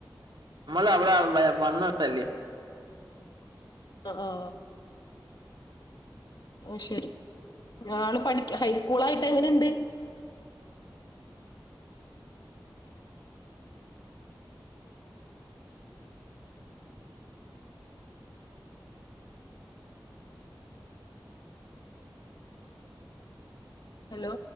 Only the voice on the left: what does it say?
ആ ആ ഓ ശരി ആള് പഠിക്കാ ഹൈസ്കൂളായിട്ട് എങ്ങനെുണ്ട് ഹലോ